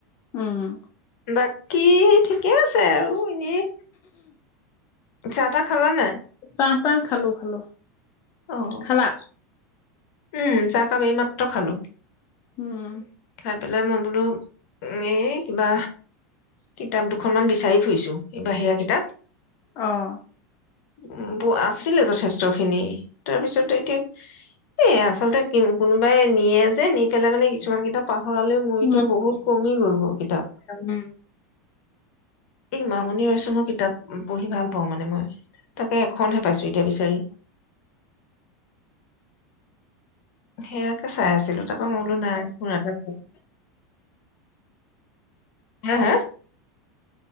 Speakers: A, on the left; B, on the left.
A: উম্, উম্।
B: বাকী, ঠিকে আছে। ছে আৰু এনেই চাহ-তাহ খালা নাই?
A: চাম চাহ, খালো, খালো।
B: অ'
A: খালা
B: উম! চাহকাপ এইমাত্ৰ খালো।
A: উমম।
B: আহি পেলাই, মই বোলো! এই কিবা! কিতাপ দুখনমান বিচাৰি ফুৰিছো। এই বাহিৰা কিতাপ।
A: অ'।
B: উম, আছিলে যথেষ্ট খিনি। তাৰপিছতে এতিয়া, এ আচলতে কোনোবাই নিয়ে যে। নি পেলাই মানে কিছুমান কিতাপ ভৰালে। মোৰ এতিয়া
A: উম
B: বহুত কমি গ'ল গৈ কিতাপ।
A: উম
B: এই মামণি ৰয়চমৰ কিতাপ পঢ়ি ভাল পাও মানে মই। তাকে এখনহে পাইছো এ এতিয়া বিচাৰিম। সেয়াকে চাই আছিলো। তাৰাপা মই বোলো নাই, ফোন এটা। হা হা!